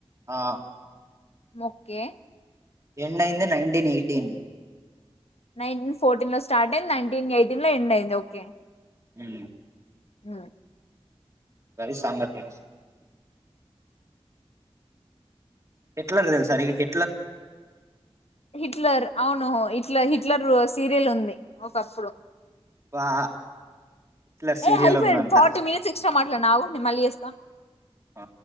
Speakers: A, on the right; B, on the left.
A: ఆ
B: మొక్కే
A: ఏండ్ ఐంది నైన్టీన్ ఎయిటీన్
B: నైన్టీన్ ఫోర్టీన్ లో స్టార్ట్ అయింది నైన్టీన్ ఎయిటీన్ లో ఎండ్ అయింది ఓకే
A: ఊ
B: ఊ
A: గది సంగతి హిట్లర్ తెల్సా నీకు హిట్లర్
B: హిట్లర్ అవును హిట్లర్ హిట్లర్ సీరియల్ ఉంది ఒకప్పుడు
A: వా హిట్లర్ సీరియల్
B: ఏ హైపోయింది
A: ఉందంట
B: ఫార్టీ మినిట్స్ ఎక్స్ట్రా మాట్లాడిన ఆగు నేను మళ్ళీ చేస్తా
A: ఆ